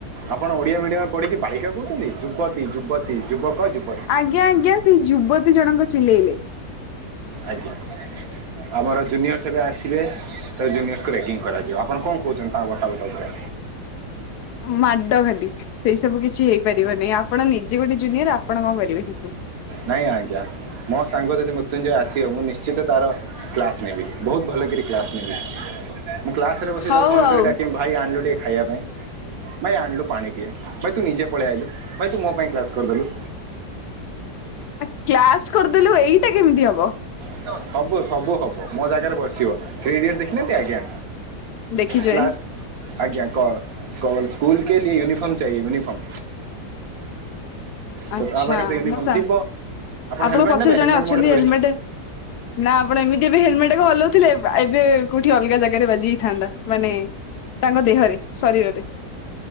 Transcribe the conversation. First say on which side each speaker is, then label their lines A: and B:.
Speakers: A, on the right (about 60°); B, on the left (about 75°).
A: ଆପଣ ଓଡିଆ ମିଡିୟମ ରେ ପଢିକି ବାଳିକା କହୁଛନ୍ତି ଯୁବତୀ, ଯୁବତୀ, ଯୁବକ, ଯୁବ।
B: ଆଜ୍ଞା ଆଜ୍ଞା ସେଇ ଯୁବତୀ ଜଣଙ୍କ ଚିଲେଇଲେ।
A: ଆଜ୍ଞା ଆମର ଜୁନିୟର ସେବେ ଆସିବେ। ତ ଜୁନିୟର ଶ୍ କୁ ରାଗିଙ୍ଗ କରାଯିବ ଆପଣ କଣ କହୁଛନ୍ତି ତା ବଟା ବଟ ଉପରେ?
B: ମାଡ ଖାଲି ସେଇ ସବୁ କିଛି ହେଇପାରିବନାହିଁ ଆପଣ ନିଜେ ଗୋଟେ ଜୁନିୟର ଆପଣ କଣ କରିବେ ଶିଶୁ
A: ନାଇଁ ଆଜ୍ଞା ମୋ ସାଙ୍ଗ ଯଦି ମୃତ୍ୟୁଞ୍ଜୟ ଆସିବ ମୁଁ ନିଶ୍ଚିତ ତାର କ୍ଲାସ ନେବି ବହୁତ ଭଲ କରି କ୍ଲାସ୍ ନେବି। ମୁଁ କ୍ଲାସ ରେ ବସିି
B: ହଉ
A: ତାକୁ ଫୋନ
B: ଆଉ
A: କରି ଡାକି ବି ଭାଇ ଆଣିଲୁ ଟିକେ ଖାଇବା ପାଇଁ। ଭାଇ ଆଣିଲୁ ପାଣି ଟିକେ ଭାଇ ତୁ ନିଜେ ପଳେଇ ଆଇଲୁ ଭାଇ ତୁ ମୋ ପାଇଁ କ୍ଲାସ୍ କରିଦେଲୁ।
B: କ୍ଲାସ କରିଦେଲୁ ଏଇଟା କେମିତି ହବ?
A: ହବ ସବୁ ସବୁ ହବ ମୋ ଜାଗାରେ ବସିବ। ରେଡି ଦେଖିନାହାନ୍ତି ଆଜ୍ଞା
B: ଦେଖିଛଇ
A: କ୍ଲାସ୍ ଆଜ୍ଞା କହ କଲ୍ ସ୍କୁଲ କେଲିଏ ୟୁନିଫମ ଚାଏ ୟୁନିଫର୍ମ।
B: ଆଚ୍ଛା
A: ତ ତା ପାଖରେ ତ ୟୁନିଫର୍ମ
B: ମଉସା
A: ଥିବ ଆପଣ
B: ଆପଣଙ୍କ
A: ହେଲମେଟ
B: ପଛରେ
A: ନେବେ
B: ଜଣେ
A: ହେଲମେଟ
B: ଅଛନ୍ତି
A: ମୁଁ ଗୋଟେ ଧରିଛି
B: ହେଲମେଟ ନା ଆପଣ ଏମିତି ଏବେ ହେଲମେଟ ହଲଉଥିଲେ ଏବେ କୋଉଠି ଅଲଗା ଜାଗାରେ ବାଜି ଜାଇଥାନ୍ତା ମାନେ ତାଙ୍କ ଦେହରେ ଶରୀରରେ।